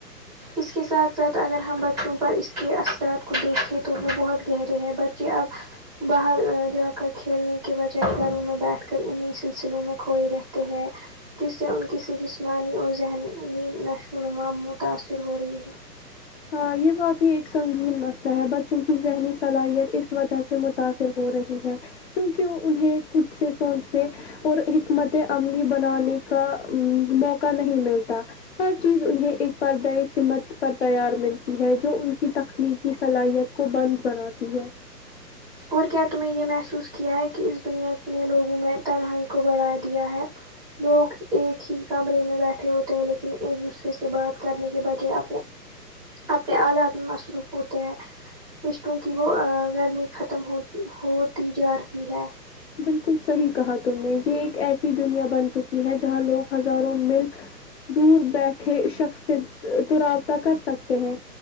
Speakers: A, on the right; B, on the left.
A: اس کے ساتھ ساتھ اگر ہم بچوں پر اس کے اثرات کو دیکھیں تو وہ بہت گہرے ہیں بچے اب باہر جا کر کھیلنے کے بجائے گھروں میں بیٹھ کر انہیں سلسلوں میں کھوئے رہتے ہیں جس سے ان کی س جسمانی اور ذہنی نشو و نما متاثر ہو رہی ہے
B: ہاں یہ واقع ایک سنگین مسئلہ ہے بچوں کی ذہنی صلاحیت اس وجہ سے متاثر ہو رہی ہے کیونک انہیں خود سے سوچنے اور حکمت عملی بنانے کا موقع نہیں ملتا ہر چیز انہیں ایک بار دائی سمت پر تیار ملتی ہے جو ان کی تخلیقی صلاحیت کو بنس بناتی ہے
A: اور کیا تمیں یہ محسوس کیا ہے کہ اس دنیا نے لوگوں میں تنہائی کو بڑھا دیا ہے لوگ ایک ہی کمرے میں بیٹھے ہوتے ہیں لیکن ایک دوسرے سے بات کرنے کے بجائے اپنے اپنے آلات میں مصروف ہوتے ہیں رشتوں کی وہ ا گرمی ختم ہو ہوتی جا رہی ہے
B: بالکل صحیح کہا تم نے یہ ایک ایسی دنیا بن چکی ہے جہاں لوگ ہزاروں میل دور بیٹھے شخص سے تو رابطہ کر سکتے ہیں